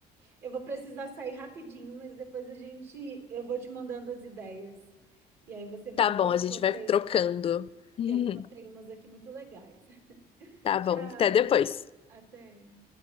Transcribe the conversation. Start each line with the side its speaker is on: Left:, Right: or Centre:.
Right: Eu vou precisar sair rapidinho, mas depois a gente, eu vou te mandando as ideias. E aí você vê,
Left: Tá
Right: porque
Left: bom,
Right: eu
Left: a
Right: encontrei,
Left: gente vai trocando. <laughs>
Right: eu encontrei umas aqui muito legais. <laughs>
Left: Tá
Right: Tchau,
Left: bom, até depois.
Right: até.